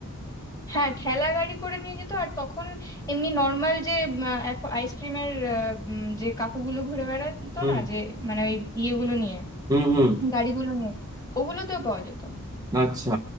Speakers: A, on the left; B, on the right.
A: হ্যাঁ ঠেলা গাড়ি করে নিয়ে যেত আর তখন এমনি নর্মাল যে এখন আইসক্রিমের যে কাকুগুলো ঘুরে বেড়াতো
B: হুম
A: না যে মানে ওই ইয়েগুলো নিয়ে
B: হুম হুম
A: গাড়িগুলো নিয়ে ওগুলোতেও পাওয়া যেত
B: আচ্ছা